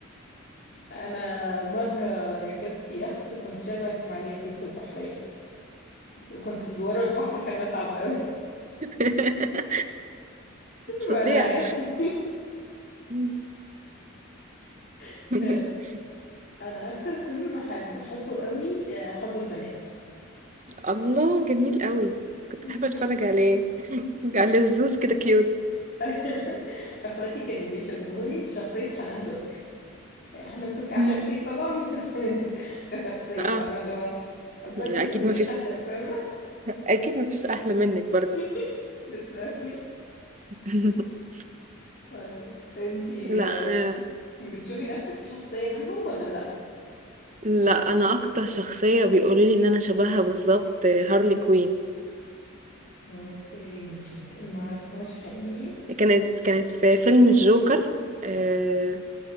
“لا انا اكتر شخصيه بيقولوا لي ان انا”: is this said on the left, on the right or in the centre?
Right